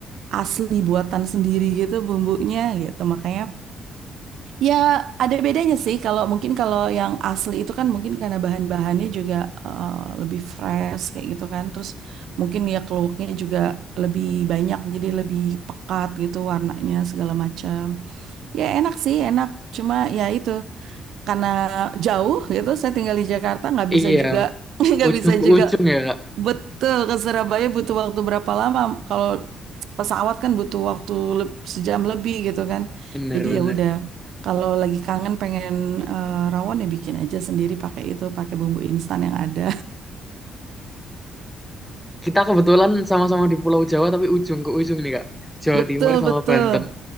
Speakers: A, on the right; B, in the centre.
A: asli buatan sendiri gitu bumbunya gitu. Makanya Ya, ada bedanya sih. Kalau mungkin kalau yang asli itu kan mungkin karena bahan-bahannya juga eh, lebih fresh kayak gitu kan. Terus mungkin ya keluaknya juga lebih banyak jadi lebih pekat gitu warnanya segala macam. Ya enak sih, enak. Cuma ya itu karena jauh gitu. Saya tinggal di Jakarta nggak bisa
B: Iya,
A: juga <laughs> nggak
B: ujung
A: bisa
B: ke
A: juga
B: ujung ya Kak.
A: betul ke Surabaya butuh waktu berapa lama? Kalau pesawat kan butuh waktu leb- sejam lebih gitu kan.
B: Bener-bener.
A: Jadi ya udah kalau lagi kangen pengen eh, rawon ya bikin aja sendiri pakai itu, pakai bumbu instan yang ada.
B: Kita kebetulan sama-sama di Pulau Jawa tapi ujung ke ujung nih Kak.
A: <laughs>
B: Jawa
A: Betul,
B: Timur sama
A: betul.
B: Banten.